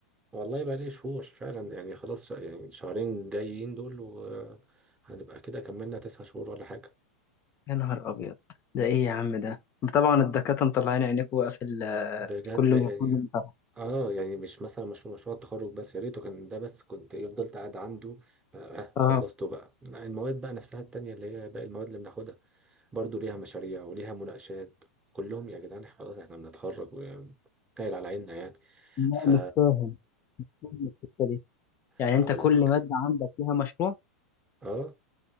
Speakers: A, on the right; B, on the left.
A: والله بقى لي شهور فعلا يعني خلاص ش- يعني شهرين جايين دول وهنبقى كده كملنا تسع شهور ولا حاجة
B: يا نهار أبيض ده إيه يا عم ده طبعا الدكاترة مطلعين عينيك وقف ال-
A: بجد
B: كل
A: يعني
B: ما كل ما
A: اه يعني مش مثلا مشروع مشروع التخرج بس يا ريته كان ده بس كنت إيه، فضلت قاعد عنده بقى آه، وخلصته
B: اه
A: بقى لا، المواد بقى نفسها التانية اللي هي باقي المواد اللي بناخدها برضو ليها مشاريع وليها مناقشات كلهم يا جدعان خلاص احنا بنتخرج وتايل على عيننا يعني
B: لا
A: ف
B: مش فاهم فاهم القصة دي
A: <laughs>
B: يعني
A: هقول
B: أنت كل
A: لك
B: مادة عندك فيها مشروع
A: اه